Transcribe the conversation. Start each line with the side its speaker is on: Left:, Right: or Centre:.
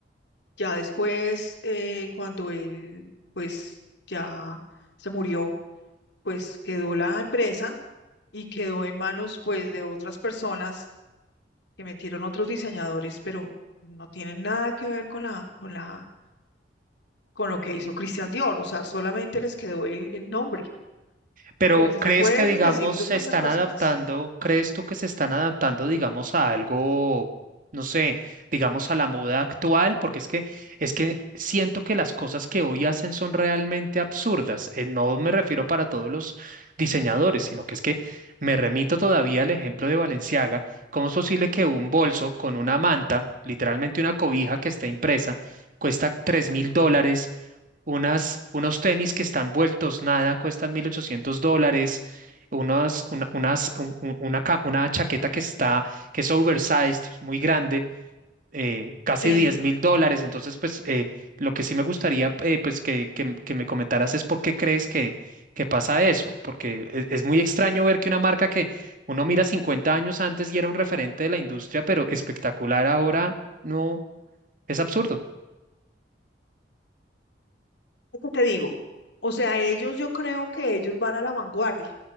Left: Ya después, eh, cuando él, pues, ya se murió, pues quedó la empresa y quedó en manos, pues, de otras personas que metieron otros diseñadores, pero no tienen nada que ver con la, con la, con lo que hizo Christian Dior. O sea, solamente les quedó el el nombre.
Right: Pero
Left: Y así
Right: ¿crees
Left: se puede
Right: que, digamos,
Left: pues, decir de
Right: se
Left: muchas
Right: están
Left: personas.
Right: adaptando? ¿Crees tú que se están adaptando, digamos, a algo, no sé, digamos, a la moda actual? Porque es que, es que siento que las cosas que hoy hacen son realmente absurdas. Eh, no me refiero para todos los diseñadores, sino que es que me remito todavía al ejemplo de Balenciaga. ¿Cómo es posible que un bolso con una manta, literalmente una cobija que está impresa, cuesta tres mil dólares? unas, unos tenis que están vueltos nada, cuestan 1.800 dólares, unas, una, unas- un- un- una, ca- una chaqueta que está, que es oversized, muy grande, eh, casi
Left: Sí,
Right: diez mil dólares. Entonces, pues, eh, lo que sí me gustaría, eh, pues, que, que m- que me comentaras es por qué crees que, que pasa eso, porque e- es, muy extraño ver que una marca que uno mira 50 años antes y era un referente de la industria, pero espectacular ahora, no, es absurdo.
Left: es que te digo? O sea, ellos, yo creo que ellos van a la vanguardia,